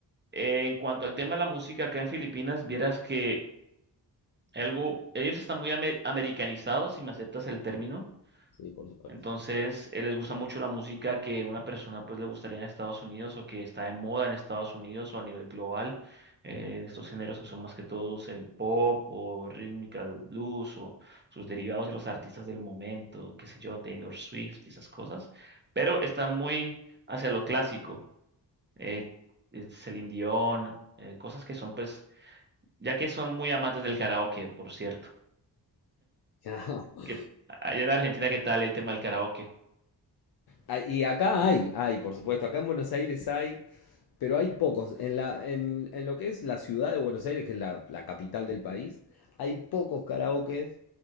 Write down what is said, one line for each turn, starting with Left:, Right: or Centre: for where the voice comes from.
Right: Eh, en cuanto al tema de la música acá en Filipinas, vieras que algo, ellos están muy ame- americanizados, si me aceptas el término.
Left: Sí, por supuesto.
Right: Entonces, eh, les gusta mucho la música que una persona pues le gustaría en Estados Unidos o que está de moda en Estados Unidos o a nivel global. Eh, estos géneros que son más que todos el pop o rítmica, el blues o sus derivados y los artistas del momento, qué sé yo, Taylor Swift y esas cosas. Pero están muy hacia lo clásico, eh, eh, Celine Dion, eh, cosas que son pues, ya que son muy amantes del karaoke, por cierto.
Left: <laughs>
Right: ¿Qué- allá en Argentina, ¿qué tal el tema del karaoke?
Left: Ah, Y acá hay, hay, por supuesto, acá en Buenos Aires hay pero hay pocos. En, la, en, en lo que es la ciudad de Buenos Aires, que es la, la capital del país, hay pocos karaokes.